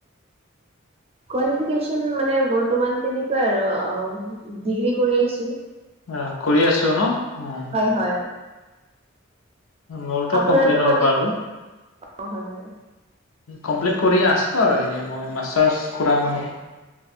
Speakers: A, on the right; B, on the left.
A: কোৱালিফিকেচন মানে বৰ্তমান তেনেকুৱাই আৰু ডিগ্ৰী কৰি আছো।
B: অ কৰি আছো ন অ
A: হয়, হয়।
B: মোৰটো
A: আপোনাৰতো
B: কমপ্লিট হ'ল
A: মানে
B: বাৰু।
A: অ হয় হয়
B: কমপ্লিট কৰি আছো আৰু এনেই মই মাষ্টাৰছ কৰা নহ'ল।